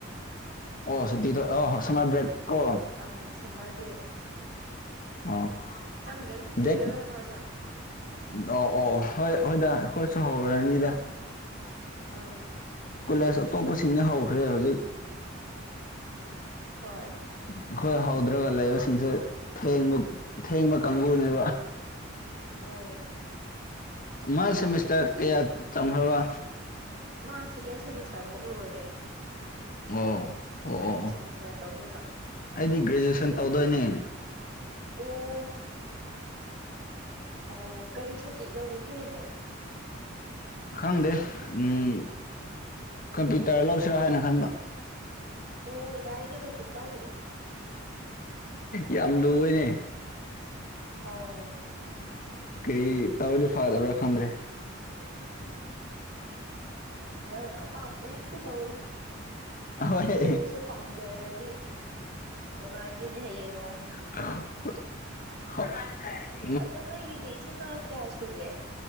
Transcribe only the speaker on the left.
ꯑꯣ ꯁꯨꯇꯤꯗ ꯑꯥ ꯁꯃꯥꯔ ꯕ꯭ꯔꯦꯛ ꯀꯣ
ꯑꯣ
ꯗꯦꯠ
ꯑꯣ ꯑꯣ ꯍꯣꯏ ꯍꯣꯏꯗ ꯑꯩꯈꯣꯏꯁꯨ ꯍꯧꯔꯅꯤꯗ
ꯀꯣꯂꯦꯖ ꯑꯇꯣꯞꯄꯁꯤꯡꯅ ꯍꯧꯈ꯭ꯔꯦ ꯍꯧꯖꯤꯛ
ꯑꯩꯈꫭꯏ ꯍꯧꯗ꯭ꯔꯒ ꯂꯩꯕꯁꯤꯡꯁꯦ ꯊꯦꯡꯗꯤ ꯊꯦꯡꯕ ꯀꯥꯡꯕꯨꯅꯦꯕ
ꯃꯥ ꯁꯦꯃꯤꯁꯇꯔ ꯀꯌꯥ ꯇꯝꯈꯔꯕꯥ
ꯑꯣ ꯑꯣ
ꯑꯣ ꯑꯣ
ꯑꯩꯗꯤ ꯒ꯭ꯔꯦꯖꯨꯑꯦꯁꯟ ꯇꯧꯗꯣꯏꯅꯦ
ꯈꯪꯗꯦ ꯎꯝ ꯀꯝꯄ꯭ꯌꯨꯇꯔ ꯂꯧꯁꯤꯔꯥ ꯍꯥꯏꯅ ꯈꯟꯕ
ꯌꯥꯝ ꯂꯨꯑꯦꯅꯦ
ꯀꯔꯤ ꯇꯧꯔꯗꯤ ꯐꯗꯕ꯭ꯔꯥ ꯈꯪꯗ꯭ꯔꯦ
ꯑꯍꯣꯏ
<unintelligible>